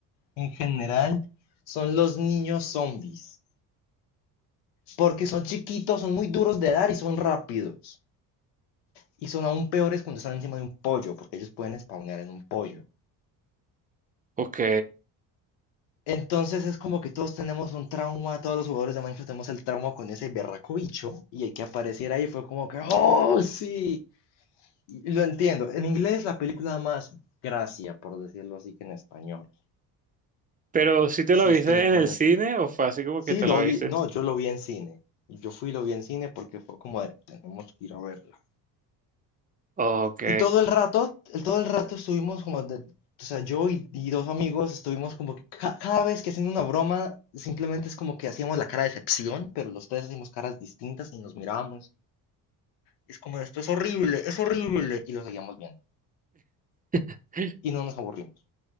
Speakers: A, on the left; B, on the right.
A: en general son los niños zombies. Porque son chiquitos, son muy duros de dar y son rápidos. Y son aún peores cuando están encima de un pollo, porque ellos pueden spawnear en un pollo.
B: Ok.
A: Entonces es como que todos tenemos un trauma, todos los jugadores de Minecraft tenemos el trauma con ese berraco bicho, y el que apareciera ahí fue como que, ¡oh, sí! Y lo entiendo. En inglés la película da más gracia, por decirlo así, que en español.
B: Pero si te
A: Si
B: lo viste
A: es que le puedo
B: en el
A: decir,
B: cine o fue así como
A: sí,
B: que te
A: lo
B: lo viste?
A: vi, no,
B: tú?
A: yo lo vi en cine. Yo fui y lo vi en cine porque fue como de, tenemos que ir a verla.
B: Ok.
A: Y todo el rato, el, todo el rato estuvimos como, de- o sea, yo y, y dos amigos estuvimos como que ca- cada vez que haciendo una broma, simplemente es como que hacíamos la cara de decepción, pero los tres hacíamos caras distintas y nos mirábamos. Es como, esto es horrible, es horrible, y lo seguíamos viendo.
B: <laughs>
A: Y no nos aburrimos.